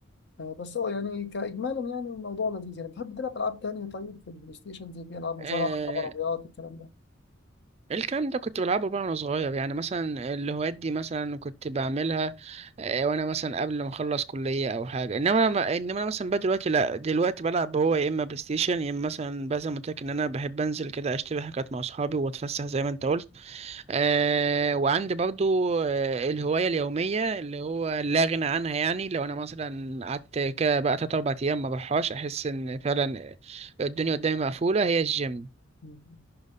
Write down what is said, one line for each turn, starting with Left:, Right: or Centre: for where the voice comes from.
Left: آه، بس هو يعني كإجمالا يعني الموضوع لذيذ يعني بتحب تلعب ألعاب تانية طيب في البلاي ستيشن زي في ألعاب مصارعة
Right: آه
Left: ألعاب عربيات الكلام ده
Right: الكلام ده كنت بلعبه بقى وانا صغير يعني مثلا الهوايات دي مثلا كنت بعملها آه وانا مثلا قبل ما اخلص كلية او حاجة انما انا ما- انما انا مثلا بقى دلوقتي لا دلوقتي بلعب هو يا اما بلاي ستيشن يا اما مثلا بقى زي ما قلت لك ان انا بحب انزل كده اشتري حاجات مع اصحابي واتفسح زي ما انت قلت آه وعندي برضو آه الهواية اليومية اللي هو لا غنى عنها يعني لو أنا مثلا قعدت كده بقى تلات أربع أيام ما بروحهاش أحس إن فعلا الدنيا قدامي مقفولة هي الجيم
Left: مم.